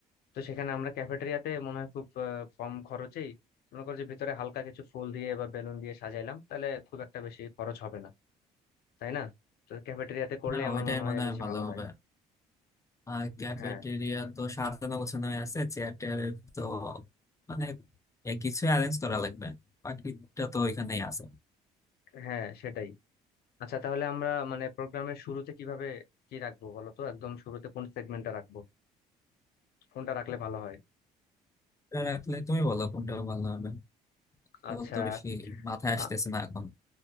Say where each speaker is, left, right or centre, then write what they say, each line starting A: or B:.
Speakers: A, on the left; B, on the left.
A: তো সেখানে আমরা ক্যাফেটেরিয়াতে মনে হয় খুব আহ, কম খরচেই মনে করো যে ভিতরে হালকা কিছু ফুল দিয়ে বা বেলুন দিয়ে সাজাইলাম তাহলে খুব একটা বেশি খরচ হবে না তাই না তো ক্যাফেটেরিয়াতে করলে
B: না
A: আমার
B: ওইটাই
A: মনে হয়
B: মনে হয়
A: বেশি
B: ভালো
A: ভালো
B: হবে
A: হয়
B: আর ক্যাফেটেরিয়া
A: হ্যাঁ
B: তো সাজানো গোছানো হয়ে আছে চেয়ার টেয়ারের তো মানে এ কিছু অ্যারেঞ্জ করা লাগবে বাকিটা তো ওইখানেই আছে
A: হ্যাঁ সেটাই আচ্ছা তাহলে আমরা মানে প্রোগ্রামের শুরুতে কিভাবে কি রাখবো বলো তো একদম শুরুতে কোন সেগমেন্টটা রাখবো কোনটা রাখলে ভালো হয়
B: এটা রাখলে তুমি বলো কোনটা ভালো হবে তো
A: আচ্ছা
B: তো বেশি মাথায় আসতেছে
A: আ-
B: না এখন